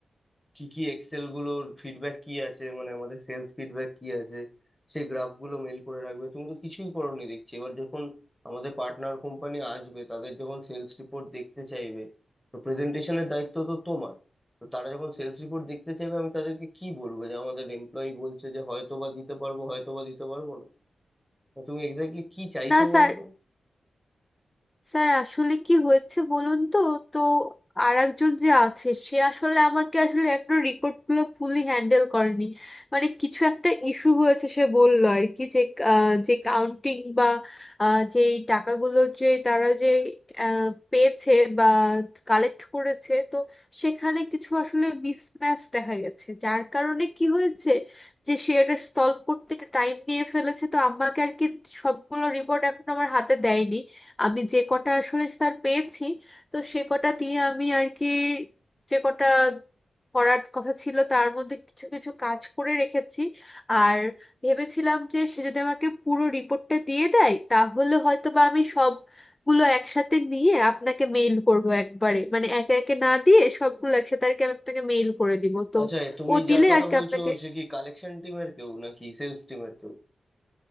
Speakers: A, in the centre; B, on the left (about 20°).
A: কি কি এক্সেল গুলোর ফিডব্যাক কি আছে মানে আমাদের সেলস ফিডব্যাক কি আছে সেই গ্রাফগুলো মেল করে রাখবে তুমি তো কিছুই করোনি দেখছি এবার যখন আমাদের পার্টনার কোম্পানি আসবে তাদের যখন সেলস রিপোর্ট দেখতে চাইবে তো প্রেজেন্টেশনের দায়িত্ব তো তোমার তো তারা যখন সেলস রিপোর্ট দেখতে চাইবে আমি তাদেরকে কি বলবো যে আমাদের এমপ্লয়ি বলছে যে হয়তো বা দিতে পারবো হয়তো বা দিতে পারবো না তো তুমি এক্স্যাক্টলি কি চাইছো
B: না স্যার
A: বলো তো
B: স্যার আসলে কি হয়েছে বলুন তো তো আর একজন যে আছে সে আসলে আমাকে আসলে একটা রিপোর্টগুলো ফুলি হ্যান্ডেল করেনি মানে কিছু একটা ইস্যু হয়েছে সে বলল আর কি যে আহ, যে কাউন্টিং বা আহ, যে এই টাকাগুলো যে তারা যে আহ, পেয়েছে বা কালেক্ট করেছে তো সেখানে কিছু আসলে মিসম্যাচ দেখা গেছে যার কারণে কি হয়েছে যে সে এটা সলভ করতে একটা টাইম নিয়ে ফেলেছে তো আমাকে আর কি সবগুলো রিপোর্ট এখন আমার হাতে দেয়নি আমি যে কটা আসলে স্যার পেয়েছি তো সে কটা দিয়ে আমি আর কি যে কটা করার কথা ছিল তার মধ্যে কিছু কিছু কাজ করে রেখেছি আর ভেবেছিলাম যে সে যদি আমাকে পুরো রিপোর্টটা দিয়ে দেয় তাহলে হয়তো বা আমি সবগুলো একসাথে নিয়ে আপনাকে মেইল করব একবারে মানে একে একে না দিয়ে সবগুলো একসাথে আর কি আমি আপনাকে মেইল করে দিব তো
A: আচ্ছা তুমি
B: ও দিলে
A: যার কথা
B: আর কি
A: বলছো
B: আপনাকে
A: সে কি কালেকশন টিমের কেউ নাকি সেলস টিমের